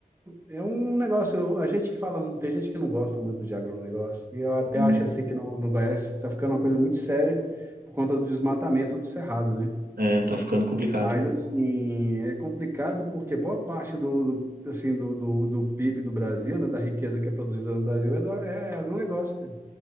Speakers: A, on the right; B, on the right.
A: É, é um negócio. A gente fala, tem gente que não gosta muito de agronegócio, e eu até
B: Sim.
A: acho assim que não, não conhece, está ficando uma coisa muito séria por conta do desmatamento do cerrado, né?
B: É, tá ficando complicado.
A: Mas assim, é complicado porque boa parte do, do, assim, do, do, do PIB do Brasil, né, da riqueza que é produzida no Brasil, é, do, é agronegócio, cara.